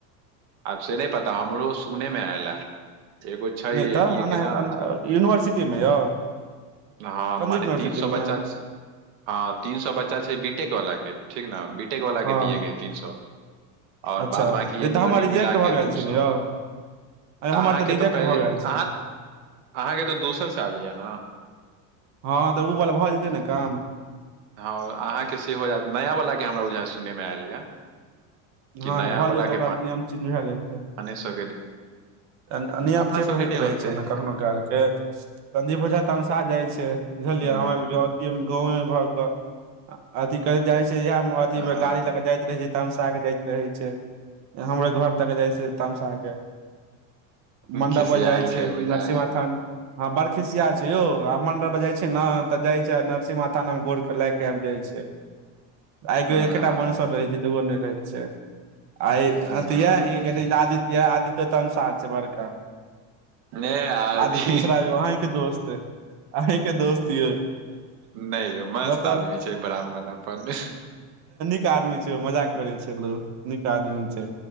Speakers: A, on the right (about 65°); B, on the right (about 40°).
A: आब से नय पता हमरो सुने में आयल एय एगो छै
B: नहि तऽ
A: एनीए
B: एना
A: के न
B: एना
A: अथी
B: यूनिवर्सिटी मे यौ
A: हँ
B: संदीप
A: मने
B: यूनिवर्सिटी
A: तीन सौअ
B: मे
A: बच्चा हँ तीन सौअ बच्चा छै बी टेक वला के ठीक ने बी टेक वला
B: हँ
A: के दियए के ऐ तीन सौअ आओर
B: अच्छा
A: बाद बकी
B: नहि
A: एन्नी
B: तऽ हमर
A: ओनी
B: रिजेक्ट
A: मिला
B: भऽ
A: केँ
B: गेल
A: दू
B: छै
A: सौ
B: ने यौ अरे
A: तऽ
B: हमर
A: अहाँके
B: रिजेक्ट
A: तऽ पै
B: भऽ
A: अहाँ
B: गेल छै ने।
A: अहाँकेँ तऽ दोसर साल यऽ नऽ
B: हँ तऽ उ बला भऽ जेतै नऽ काम
A: हँ अहाँकेँ से हो जायत नया वला केँ हमरा बुझाय सुनय मे आयल यऽ कि
B: हँ
A: नया
B: भऽ
A: वाला
B: जेत ओकर
A: के
B: नियम चेंज भैल हेतै
A: पाने सबके
B: तहन नियम
A: अपना
B: चेंज
A: सबके
B: होइत
A: नहि
B: रहै
A: होते
B: छै नऽ
A: दिक्कत
B: कखनो कालकेँ संदीप ओझा तमसा जाइ छै बुझलियै
A: हूँ
B: अहाँक जाउ की हम गाँवे भऽ कऽ अथी करैत जाय छै इहै मऽ अथि
A: हँ
B: मऽ गाड़ी लऽ कऽ जाइत रहे छै तमसा कऽ जाइत रहे छै हमरे घर तक जाइ छै तमसा कऽ मंडप
A: खिसियाल
B: पर जाइ छै
A: बुझाय
B: नरसिम्हा स्थान हँ बड़खिसिया छै यौ आ मंडप पर जाइ छै नऽ तऽ जाइ छै नरसिंह माथा लंग गोर कऽ लैग कऽ आइब जाइ छै। आइग
A: हँ
B: एकेटा वंशर रहै छै दूगो नय रहै छै। आय
A: हँ
B: अथि य ई कथी आदित्य आदितो तमसाह छै बड़का
A: नहि आदी
B: आदित्य मिश्रा यौ अहीकेँ दोस्त अहीकेँ दोस्त यौ
A: नय यौ मस्त
B: बताउ
A: आदमी छै ब्राह्मण अपन
B: निकेँ आदमी छै मजाक करे छलु निक आदमी छै